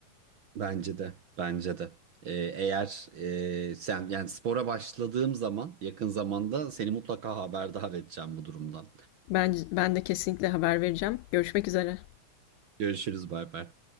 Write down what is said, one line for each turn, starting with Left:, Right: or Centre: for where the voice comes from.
Right: Bence de, bence de. Ee, eğer e, sen yani spora başladığım zaman yakın zamanda seni mutlaka haberdar edeceğim bu durumdan.
Left: Ben, ben de kesinlikle haber vereceğim. Görüşmek üzere.
Right: Görüşürüz, bay bay.